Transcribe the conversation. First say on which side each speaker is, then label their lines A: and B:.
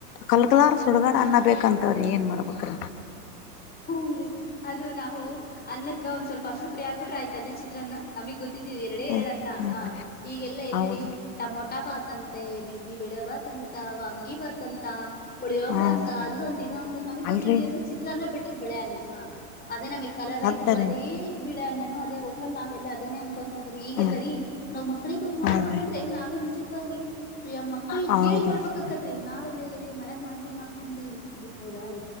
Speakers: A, on the left; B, on the left.
A: ಕಲ್ಕಲಾರ ಸುಡುಗಾಡ ಅನ್ನ ಬೇಕಂತ ಅವ್ರ ಏನ್ ಮಾಡ್ಬೇಕ್ರ
B: ಹೂನ್ರಿ ಅದು ನಾವು ಅನ್ನಕ್ಕ ಒಂದ್ ಸ್ವಲ್ಪ ಅರಸಿನಪುಡಿ ಆಗ್ಬಿಟ್ಟ್ರ ಆಯ್ತ ಅದೇ ಚಿ ತ್ರನ್ನ ನಮಗ್ ಗೊತ್ತಿದ್ದೀವ ಎರಡೆ
A: ಹ್ಮ
B: ಎರಡನ್ನ
A: ಹಂಗ್ರೀ
B: ಹಾ ಈಗೆಲ್ಲಾ ಎಲ್ಲಿರಿ
A: ಹೌದು
B: ಟಮಾ ಟಾ ಬಾತ್ಂತೆ ಬಿಸ್ ಈ ಬೆಳೆ ಭಾತ್ ಅಂತ ವಾಂಗಿ ಭಾತ್ ಅಂತ ಪುಳಿಯೊಗ್ರೆ
A: ಹಾ
B: ಅಂತ
A: ರೀ
B: ಅದು ಅಂತ ಇದು ಅಂತ ನಮಿಗ್
A: ಅಲ್ರಿ
B: ಗೊತ್ತಿದ್ದಿದ್ ಎನ್ ಚಿತ್ರಾನ್ನ ಬಿಟ್ಟ್ರ ಬಿಳೆ ಅನ್ನ ಹ ಅದೇ ನಮಗೆ ಕಲರ್ ರೈಸು
A: ಅದ ರೀ
B: ಅದೇ ಬಿಡೆ ನನ್ನು ಅದೇ ಒಟ್ಟನಲ್ಲಿ ನಾವೆಲ್ಲ ಅದನ್ನೆ ಅನ್ಕೊತ ಇದರಿ ಈಗೆಲ್ಲರಿ
A: ಹ್ಮ್
B: ನಾವ್ ಮಕ್ಳಿಗೆ
A: ಹೌದ್ರಿ
B: ಮಾಡ್ಬೇಕಂದ್ರೆ ನಾವೇ ಮುಂಚಿತವಾಗಿ ಎ ಮಕ್ಕಳ
A: ಹೌದೌದ್ರಿ
B: ಕೇಳ್ ಮಾಡ್ಬೇಕಕ್ಕತ್ರಿ ನಾವೆಲ್ಲ್ಲ್ರಮನಾಗ ಮಾಡಿರಿ ನಾವ್ ತಿಂದು ಇಡಡ್ತಿವಿ ಬ ಹೌದಾ ರೀ